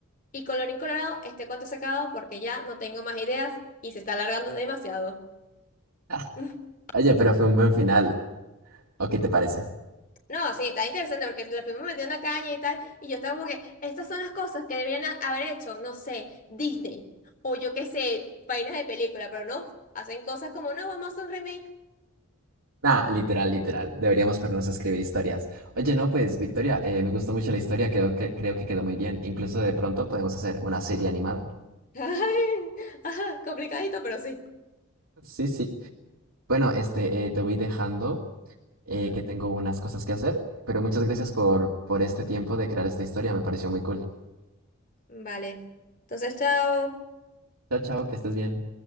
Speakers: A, on the left; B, on the right.
A: y colorín colorado, este cuento se ha acabado porque ya no tengo más ideas y se está alargando demasiado.
B: Ah,
A: <laughs>
B: oye, pero fue un buen final, ¿o qué te parece?
A: No, sí, está interesante porque le fuimos metiendo caña y tal, y yo estaba como que, estas son las cosas que deberían ha- haber hecho, no sé, Disney, o yo qué sé, páginas de película, pero no, hacen cosas como, no, vamos a hacer un remake
B: Ah, literal, literal. Deberíamos ponernos a escribir historias. Oye, no, pues, Victoria, eh, me gustó mucho la historia, creo que, creo que quedó muy bien. Incluso de pronto podemos hacer una serie animada.
A: <laughs> Ay, ajá, complicadito, pero sí.
B: Sí, sí. Bueno, este, eh, te voy dejando. eh,
A: Ujú.
B: que tengo unas cosas que hacer, pero muchas gracias por, por este tiempo de crear esta historia, me pareció muy cool.
A: Vale. Entonces, chao.
B: Chao, chao, que estés bien.